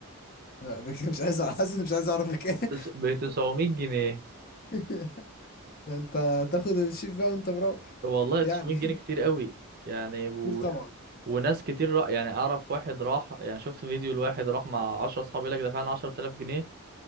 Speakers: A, on the left; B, on the right.
A: لا، بك- مش عايز أع- حاسس إني مش عايز اعرفك ايه
B: تس- ب 900 جنيه
A: <laughs> ده انت تاخد الشيف بقى وانت مروح
B: والله 900
A: يعني
B: جنيه كتير قوي يعني و...
A: <laughs> كتير طبعا
B: وناس كتير را... يعني اعرف واحد راح يعني شفت فيديو لواحد راح مع 10 اصحاب يقول لك دفعنا 10000 جنيه